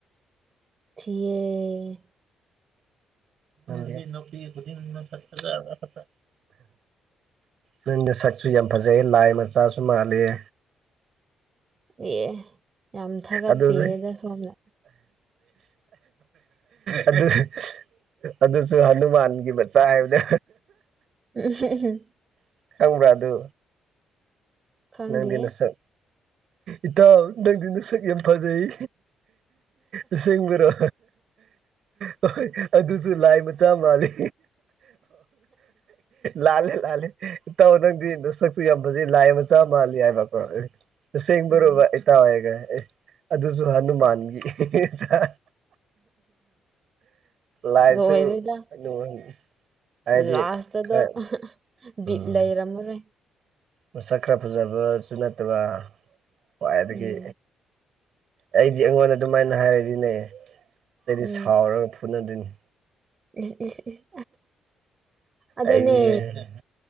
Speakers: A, on the right; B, on the right.
A: ꯊꯤꯌꯦ
B: ꯅꯪꯗꯤ ꯅꯨꯄꯤ ꯈꯨꯗꯤꯡ ꯅꯁꯛ ꯐꯖꯕ ꯉꯥꯛꯇ ꯅꯪ ꯅꯁꯛꯁꯨ ꯌꯥꯝ ꯐꯖꯩꯌꯦ ꯂꯥꯏ ꯃꯆꯥꯁꯨ ꯃꯥꯂꯤꯌꯦ
A: ꯑꯦ ꯌꯥꯝ ꯊꯥꯒꯠꯄꯤꯔꯦꯗ
B: ꯑꯗꯨꯖꯨ
A: ꯁꯣꯝꯅ
B: ꯑꯗꯨꯖꯨ ꯑꯗꯨꯁꯨ ꯍꯟꯅꯨꯃꯥꯟꯒꯤ ꯃꯆꯥ ꯍꯥꯏꯕꯅꯦ
A: ꯎꯝ ꯍꯨꯝ ꯍꯨꯝ
B: ꯈꯪꯕ꯭ꯔꯥ ꯑꯗꯨ
A: ꯈꯪꯗꯦ
B: ꯅꯪꯗꯤ ꯅꯁꯛ ꯏꯇꯥꯎ ꯅꯪꯗꯤ ꯅꯁꯛ ꯌꯥꯝ ꯐꯖꯩ ꯑꯁꯦꯡꯕꯔꯣ ꯍꯣꯏ ꯑꯗꯨꯁꯨ ꯂꯥꯏ ꯃꯆꯥ ꯃꯥꯜꯂꯤ ꯂꯥꯜꯂꯦ ꯂꯥꯜꯂꯦ ꯏꯇꯥꯎ ꯅꯪꯗꯤ ꯅꯁꯛꯁꯨ ꯌꯥꯝ ꯐꯖꯩ ꯂꯥꯏ ꯃꯆꯥ ꯃꯥꯜꯂꯤ ꯍꯥꯏꯕ ꯀꯣ ꯇꯁꯦꯡꯕꯔꯣ
A: ꯎꯝ
B: ꯕꯥꯏ ꯏꯇꯥꯥꯎꯍꯥꯏꯔꯒ ꯑꯦ ꯑꯗꯨꯁꯨ ꯍꯅꯨꯃꯥꯟꯒꯤ ꯃꯆꯥ ꯂꯥꯏꯁꯨ
A: ꯂꯣꯏꯔꯦꯗ
B: ꯍꯅꯨꯃꯥꯟ ꯍꯥꯏꯗꯤ
A: ꯂꯥꯁꯇꯗ
B: ꯈꯔ ꯎꯝ
A: ꯕꯤꯠ ꯂꯩꯔꯝꯃꯔꯣꯏ
B: ꯃꯁꯛ ꯈꯔ ꯐꯖꯕꯁꯨ ꯅꯠꯇꯕ ꯈ꯭ꯋꯥꯏꯗꯒꯤ
A: ꯎꯝ
B: ꯑꯩꯗꯤ ꯑꯩꯉꯣꯟꯗ ꯑꯗꯨꯃꯥꯏꯅ ꯍꯥꯏꯔꯗꯤꯅꯦ ꯑꯩꯗꯤ
A: ꯎꯝ
B: ꯁꯥꯎꯔꯒ ꯐꯨꯅꯗꯣꯏꯅꯤ
A: ꯏꯁ ꯏꯁ ꯏꯁ ꯑꯗꯨꯅꯦ
B: ꯑꯩꯗꯤ